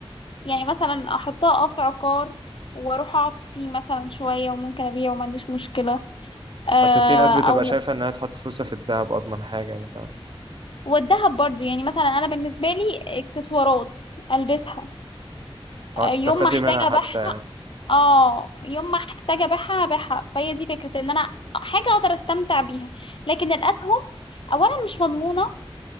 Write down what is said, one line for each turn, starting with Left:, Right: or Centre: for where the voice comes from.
Left: يعني مثلا احطها اه في عقار واروح اقعد فيه مثلا شوية وممكن ابيعه وما عنديش مشكلة آه،
Right: اصل في ناس بتبقى
Left: او
Right: شايفة انها تحط فلوسها في الدهب اضمن حاجة يعني فاهم
Left: والدهب برضو يعني مثلا انا بالنسبه لي اكسسوارات البسها
Right: اه
Left: يوم
Right: تستفادي
Left: ما احتاج
Right: منها
Left: ابيعها
Right: حتى يعني
Left: اه يوم ما احتاج ابيعها ابيعها فهي دي فكره ان انا حاجه اقدر استمتع بيها لكن الاسهم اولا مش مضمونه